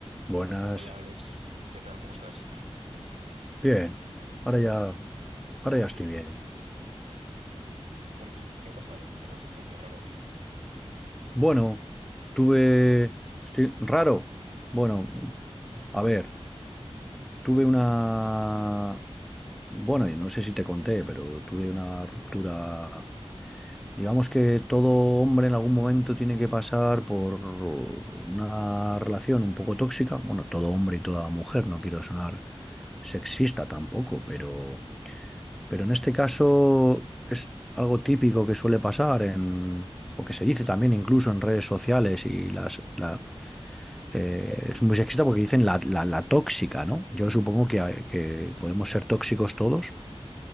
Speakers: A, in the centre; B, on the right.
A: Buenas.
B: Hola Alex, ¿qué tal? ¿Cómo estás?
A: Bien. Ahora ya, ahora ya estoy bien.
B: ¿Por qué? ¿Qué ha pasado? Te noto un poco raro, tío.
A: Bueno, tuve... Estoy raro. Bueno, a ver, tuve una... Bueno, y no sé si te conté, pero tuve una ruptura. Digamos que todo hombre en algún momento tiene que pasar por una relación un poco tóxica. Bueno, todo hombre y toda mujer, no quiero sonar sexista tampoco, pero Pero en este caso es algo típico que suele pasar en, o que se dice también incluso en redes sociales y las, la, eh, es muy sexista porque dicen la, la- la tóxica, ¿no? Yo supongo que, hay- que podemos ser tóxicos todos,